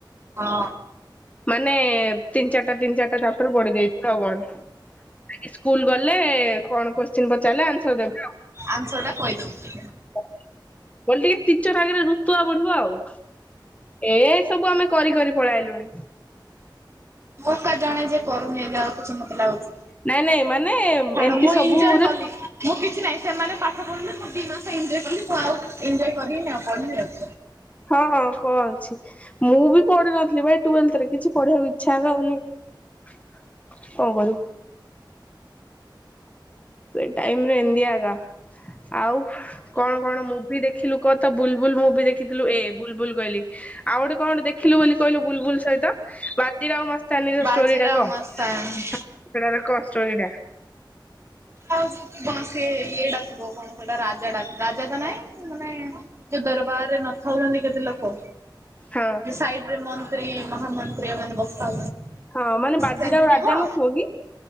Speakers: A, on the right; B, on the left.
A: ହଁ।
B: ମାନେ ତିନି ଚାରିଟା ତିନି ଚାରିଟା ଚ ଚାପ୍ଟର ପଢି ଦେଇେଇଥିଲ ଆଉ କଣ। ସ୍କୁଲ୍ ଗଲେ କଣ କୋଶ୍ଚିନ୍ ପଚାରିଲେ ଆନ୍ସର ଦେବେ ଆଉ
A: ଆନ୍ସର ଟା କହିଦଉଛି
B: କଲି ଟିକେ ଟିଚର୍ ଆଗରେ ରଋତୁଆ ବଢିବ ଆଉ ଏ ସବୁ ଆମେ କରି କରି ପଳେଇଲୁଣି।
A: ମୋ କ ଜଣେ ଯେଏ କରୁନି ଯ ଆଉ କିଛି ମତେ ଲାଗୁଛି।
B: ନାଇଁ ନାଇଁ ମାନେ
A: ଛାଡ
B: ଏମିତି
A: ମୁଁ
B: ସବୁରେ
A: ଏଞ୍ଜୟ କଲି ମୁଁ କିଛି ନାହିଁ ସେମାନେ ପାଠ ପଢିଲେ। ସ ଦି ମାସ ଏଞ୍ଜୟ କ ଆଉ ଏଞ୍ଜୟ କରିବି ଆଉ ପଢିଲି ଆଉ
B: ହଁଁ କଣ ଅଛି ମୁଁ ବି ପଢିିନଥିଲି ଭାଇ ଟୁଏଲ୍ଥରେ କିଛି ପଢିବାକୁ ଇଚ୍ଛା ଆ ଆଉନି କଣ କରିବୁ। ସେ ଟାଇମରେ ଏମିତିଆ ଆଗା ଆଉ କଣ କଣ ମୁଭି ଦେଖିଲୁ କ ତ ବୁଲବୁଲ୍। ମୁ ବି ଦେିଥିଲୁ ଏ ବୁଲ୍ବୁଲ୍ କହିଲି ଆଉ ଗୋଟେ କଣ ଗ ଦେଖିଲୁ ବୋଲି କହିଲୁ ବୁଲ୍ବୁଲ୍ ସହିତ ବାଜି ରାଓ ମସ୍ ାନର
A: ବାଜିରାଓ
B: ଷ୍ଟୋରି ଟା କଣ
A: ମସ୍ତାନ
B: ସେ କଣଷ୍ଟୋରିଟା।
A: ଆଉ କଣ ସି ଇଏଟା ଥିବ କଣ ସେଟା ରାଜାଟା ରାଜା ତ ନାଇଁ ମାନେ ଯୋଉ ଦରବାରରେ ନଥାଉଛନ୍ତି କେତେ ଲୋକ
B: ହଁ
A: ସାଇଡ୍ ରେ। ମ୍ରୀ ମହାନ ମନ୍ତ୍ରୀ ଆମନ ଗପତ।
B: ହଁ ମାନେ ବାଜିରାଓ
A: ସେମିତି
B: ରାଜା
A: ଥିବ
B: ନଥିବ କି?